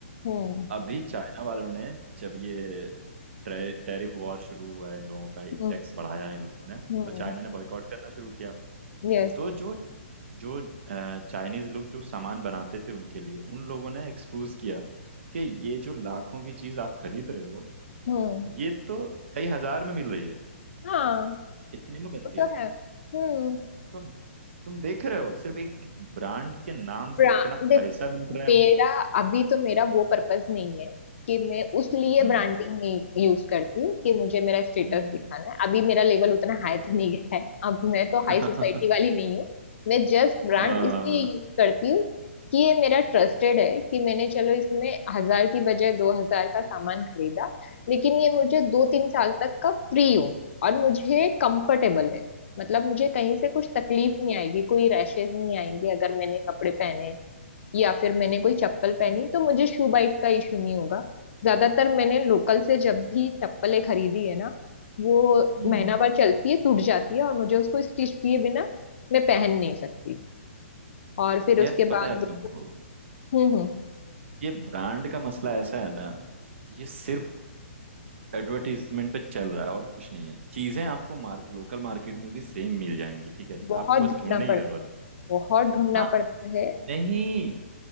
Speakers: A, on the left (about 60°); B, on the right (about 60°).
A: हम्म
B: अभी चाइना वालों ने जब ये टैरिफ वॉर शुरू हुआ है इन लोगों का
A: हम्म
B: टैक्स बढ़ाया है इन लोगों ने
A: हम्म
B: तो चाइना ने बॉयकॉट करना शुरू किया
A: यस
B: तो जो जो चाइनीज लोग जो सामान बनाते थे उनके लिए उन लोगों ने एक्सपोज किया कि ये जो लाखों की चीज आप खरीद रहे हो
A: हम्म
B: ये तो कई हजार में मिल रही है
A: हाँ
B: इतने में बनती
A: वो तो
B: है
A: है हम्म
B: तुम तुम देख रहे हो सिर्फ एक ब्रांड के नाम से
A: ब्रांड
B: कितना पैसा लूट रहे हैं
A: मेरा
B: वो
A: अभी तो मेरा वो पर्पस नहीं है कि मैं उस लिए
B: हम्म
A: ब्रांडिंग नहीं यूज करती कि मुझे मेरा स्टेटस
B: हम्म
A: दिखाना है अभी मेरा लेवल उतना हाई तो नहीं गया है अब मैं तो
B: <laughs>
A: हाई सोसाइटी वाली नहीं हूँ मैं जस्ट ब्रांड
B: आ,
A: इसलिए यूज करती हूँ कि ये मेरा ट्रस्टेड है कि मैंने चलो इसमें हजार की बजाय दो हजार का सामान खरीदा लेकिन ये मुझे दो तीन साल तक का फ्री हो और मुझे कंफर्टेबल है मतलब मुझे कहीं से कुछ तकलीफ नहीं आएगी कोई रैशेज नहीं आएंगे अगर मैंने कपड़े पहने या फिर मैंने कोई चप्पल
B: हम्म
A: पहनी तो मुझे शू बाइट का इशू नहीं होगा ज्यादातर मैंने लोकल से जब भी चप्पलें खरीदी है ना वो
B: हम्म।
A: महीना भर चलती है टूट जाती है और मुझे उसको स्टिच किए बिना मैं पहन नहीं सकती और फिर
B: यार
A: उसके
B: पता
A: बाद
B: है तुमको
A: हम्म हम्म
B: ये ब्रांड का मसला ऐसा है ना ये सिर्फ एडवर्टीजमेंट पे चल रहा है और कुछ नहीं है चीजें आपको मार्केट लोकल मार्केट में भी सेम मिल जाएंगी ठीक है
A: बहुत
B: आपको बस
A: ढूंढना
B: ढूंढने
A: पड़ता
B: की जरूरत
A: है
B: है
A: बहुत ढूंढना
B: हाँ
A: पड़ता है
B: नहीं